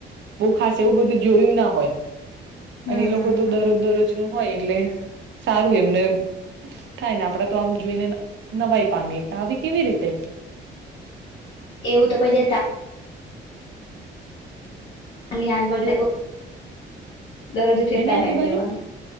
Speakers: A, on the right; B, on the left.
A: બહુ ખાસ એવું બધું જોયું ના હોય.
B: હમ
A: અને એ લોકો તો દરરોજ દરરોજ નું. હોય એટલે સારું એમને થાય ને આપડા તો આમ જોઈને. નવાઈ પામીએ કે આવી કેવી રીતે.
B: એવું તો પછી ની આજ બદલે. દરરોજ ઉઠીને
A: શેની
B: તાર
A: આજુબાજુ
B: મહેલ જવાનું